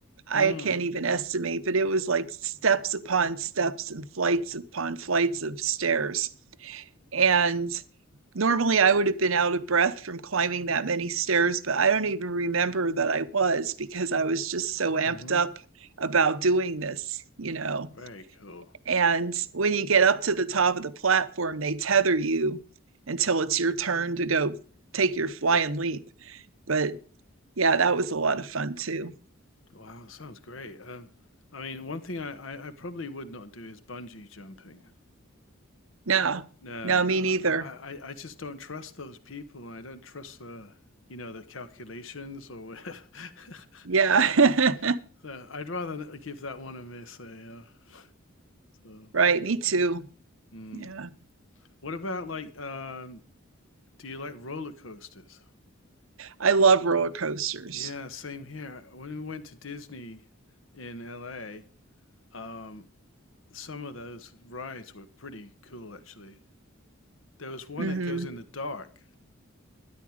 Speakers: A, on the right; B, on the left.
A: I
B: mm,
A: can't even estimate, but it was like steps upon steps and flights upon flights of stairs. And normally I would have been out of breath from climbing that many stairs, but I don't even remember that I was because I was just so amped
B: mm-hmm.
A: up about doing this, you know.
B: Very cool.
A: And when you get up to the top of the platform, they tether you until it's your turn to go take your flying leap. But yeah, that was a lot of fun too.
B: Wow, sounds great. Um, I mean, one thing I, I, I probably would not do is bungee jumping.
A: No,
B: No,
A: no, me neither.
B: I, I I just don't trust those people. I don't trust the, you know, the calculations or whatever. <laughs>
A: Yeah. <laughs>
B: So I'd rather n- give that one a miss. uh, yeah. So,
A: Right, me too.
B: mm.
A: Yeah.
B: What about like, um, do you like roller coasters?
A: I love roller coasters.
B: Yeah, same here. When we went to Disney in LA, um, some of those rides were pretty cool, actually. There was one
A: hmm
B: that goes in the dark.